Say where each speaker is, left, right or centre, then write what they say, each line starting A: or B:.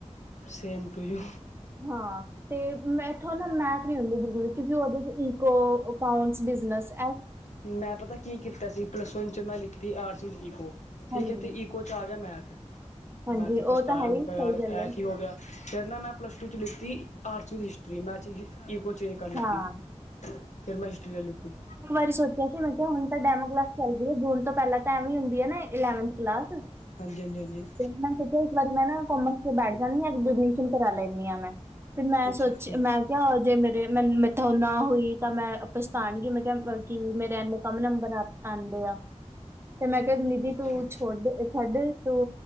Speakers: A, on the left; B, on the right.
A: Same to, you.
B: ਹਾਂ। ਤੇ ਮੈਂਥੋ ਨਾ, ਮੈ। ਨੀ ਹੁੰਦੀ ਬਿਲਕੁਲ। ਕਿਉਂਕਿ ਉਹਦੇ ਚ ਇਕੋ, ਅਕਾਊਂਟਸ, ਬਿਜਨਸ ਹੈ।
A: ਮੈਂ ਪਤਾ ਕੀ ਕੀਤਾ ਸੀ। ਪਲੱਸ ਵਨ ਚ, ਮੈਂ ਲਿੱਤੀ ਆਰਟਸ ਵਿਦ ਇਕੋ, ਠੀਕ
B: ਹਾਂਜੀ
A: ਹੈ ਤੇ ਕੁਛ ਆ ਗਿਆ ਮੈਥ।
B: ਹਾਂਜੀ
A: ਮੈਂ ਤੇ
B: ਉਹ
A: ਪਛਤਾਇਆ,
B: ਤਾਂ ਹੈ
A: ਮੈਂ
B: ਹੀ
A: ਕਿਹਾ
B: ਸਹੀ
A: ਯਾਰ,
B: ਗੱਲ
A: ਇਹ
B: ਹੈ
A: ਕੀ ਹੋ ਗਿਆ। ਕੈਂਦਾ ਮੈਂ ਪਲੱਸ ਟੂ ਚ ਲਿੱਤੀ ਆਟਸ ਵਿੱਦ ਹਿਸਟਰੀ <unintelligible> ਈਕੋ ਚੇਂਜ ਕਾੱਰ ਲਿਤੀ,
B: ਹਾਂ
A: ਫੇਰ ਮੈਂ ਹਿਸਟਰੀ ਲੇ ਲਿਤੀ
B: ਸੋਚੇਆ ਸੀ ਮੈਂ ਕੇਆ ਹੁਨ ਤਾਂ ਡੈਮੋ ਕਲਾਸ ਚੱਲਦੀ ਏ, ਜੂਨ ਤੋਂ ਪੈਲਾਂ ਤਾ ਐਵੇਂ ਈ ਹੁੰਦੀ ਏ ਨਾ ਇਲੇਵਂਥ ਕਲਾਸ
A: ਹਾਂਜੀ, ਹਾਂਜੀ, ਹਾਂਜੀ।
B: ਮੈਂ ਸੋਚੇਆ ਇਸ ਵਾਰੀ ਮੈਂ ਨਾ ਕੋਮਰਸ ਚ ਬੈਠ ਜਾਂਨੀ ਆ, ਐਡਮਿਸ਼ਨ ਕਰਾ ਲੈਂਨੀ ਆਂ ਮੈਂ ਫਿਰ ਮੈਂ
A: ਅੱਛਾ
B: ਸੋਚ
A: ਅੱਛਾ
B: ਮੈਂ ਕੇਆ ਜੇ ਮੇ ਮੇਨ ਮੈਥੋ ਨਾ ਹੋਈ ਤਾਂ ਮੈਂ ਪਛਤਾਨਗੀ ਮੈਂ ਕੇਆ ਕਿ ਮੇਰੇ ਏਨ ਕੰਮ ਨੰਬਰ ਆ ਆਂਦੇ ਆ, ਤੇ ਮੈਂ ਕੇਆ ਨਿਧੀ
A: ਅੱਛਾ
B: ਤੁ ਛੋਡ, ਛੱਡ ਤੂ